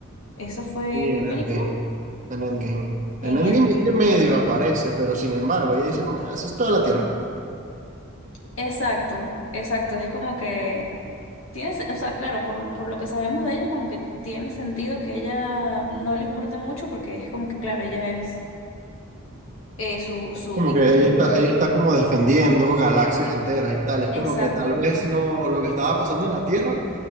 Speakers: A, on the left (about 70°); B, on the right (about 35°).
A: ¿Eso fue
B: Sí, en
A: qué película?
B: Endgame. En Endgame.
A: En
B: En Endgame
A: Endgame.
B: es que medio aparece, pero sin embargo, ella dice como que haces toda la tierra.
A: Exacto, exacto. Es como que tiene, se- o sea, claro, por, por lo que sabemos de ella, como que tiene sentido que ella no le importe mucho, porque es como que, claro, ella es eh, su, su
B: Como
A: víctima.
B: que ella está, ella está como defendiendo galaxias enteras y tal. Es como
A: Exacto,
B: que tal vez no, lo que estaba pasando en la Tierra,